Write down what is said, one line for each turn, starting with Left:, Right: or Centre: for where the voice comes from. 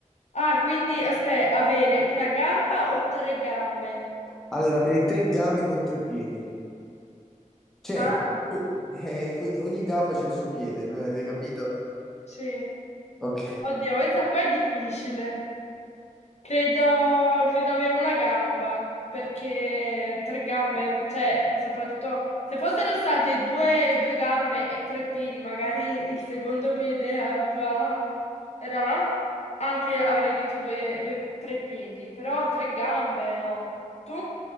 Left: Ah, quindi aspetta, avere una gamba o tre gambe?
Centre: Allora, avrei tre gambe con tre piedi, cioè,
Left: Ah,
Centre: eh, quindi ogni gamba c'è il suo piede, l- hai capito?
Left: sì.
Centre: Ok,
Left: Oddio, questa qua è difficile. Credo, credo avere una gamba, perché tre gambe, cioè, soprattutto se fossero state due, due gambe e tre piedi, magari il secondo piede aveva... era... Anche avrei detto due, due, tre piedi, però tre gambe, no. Tu?